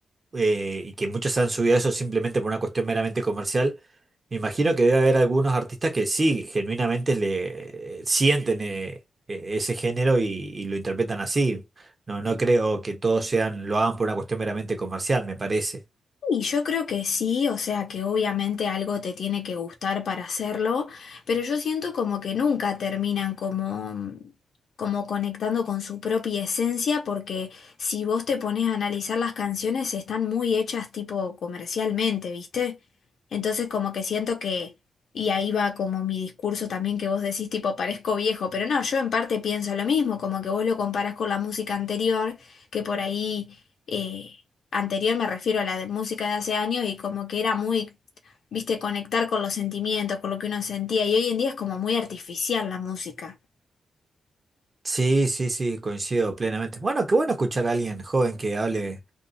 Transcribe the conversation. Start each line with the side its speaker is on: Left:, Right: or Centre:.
Right: eh, y que muchos se han subido a eso simplemente por una cuestión meramente comercial, me imagino que debe haber algunos artistas que sí, genuinamente le sienten eh, eh, ese género y, y lo interpretan así. No, no creo que todos sean, lo hagan por una cuestión meramente comercial, me parece.
Left: y yo creo que sí, o sea que obviamente algo te tiene que gustar para hacerlo, pero yo siento como que nunca terminan como, como conectando con su propia esencia, porque si vos te pones a analizar las canciones están muy hechas tipo comercialmente, ¿viste? Entonces como que siento que, y ahí va como mi discurso también que vos decís tipo parezco viejo, pero no, yo en parte pienso lo mismo, como que vos lo comparás con la música anterior, que por ahí... eh, anterior, me refiero a la de música de hace años, y como que era muy, viste, conectar con los sentimientos, con lo que uno sentía, y hoy en día es como muy artificial la música.
Right: Sí, sí, sí, coincido plenamente. Bueno, qué bueno escuchar a alguien joven que hable